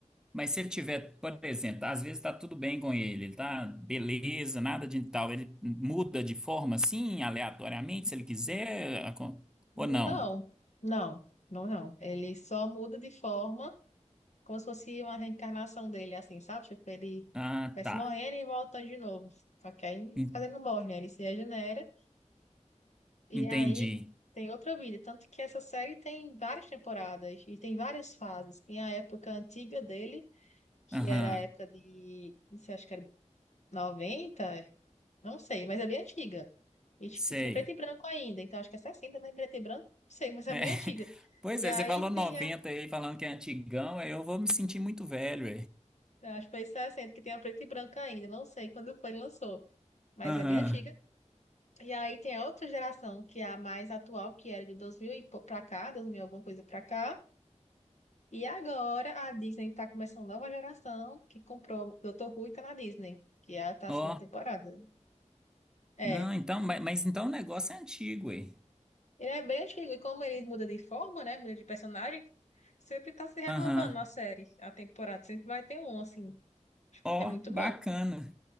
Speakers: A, in the centre; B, on the left.
A: Mas se ele tiver, por exemplo, às vezes tá tudo bem com ele, ele tá beleza, nada de tal, ele muda de forma assim, aleatoriamente, se ele quiser, acon-
B: Não,
A: ou não.
B: não, não, não. Ele só muda de forma, como se fosse uma reencarnação dele, assim, sabe? Tipo, ele
A: Ah,
B: vai
A: tá.
B: se morrendo e voltando de novo. Só que aí,
A: En-
B: mas ele não morre, né? Ele se regenera e
A: Entendi.
B: aí tem outra vida. Tanto que essa série tem várias temporadas e tem várias fases. Tem a época antiga dele, que
A: Aham,
B: era a época de, não sei, acho que era 90. Não sei, mas é bem antiga. E, tipo,
A: sei.
B: tinha preto e branco ainda. Então, acho que é 60, né? Preto e branco, não sei, mas é
A: É.
B: bem
A: <laughs>
B: antiga.
A: Pois
B: E
A: é,
B: aí
A: você falou 90
B: tem a...
A: aí, falando que é antigão, aí eu vou me sentir muito velho,
B: Acho que foi 60, que tem a preto e branco ainda. Não sei quando foi, que lançou. Mas
A: Aham.
B: é bem antiga. E aí tem a outra geração, que é a mais atual, que era de 2000 e pou- pra cá, 2000 e alguma coisa pra cá. E agora a Disney tá começando nova geração, que comprou Dr. Who e tá na Disney. Que é a tá
A: Ó,
B: segunda temporada. É,
A: não, então, ma- mas, então o negócio é antigo, ué.
B: Ele é bem antigo, e como ele muda de forma, né? Muda de personagem, sempre tá se renovando
A: Aham.
B: na série. A temporada sempre vai ter um, assim,
A: Ó,
B: que é muito
A: bacana.
B: bom.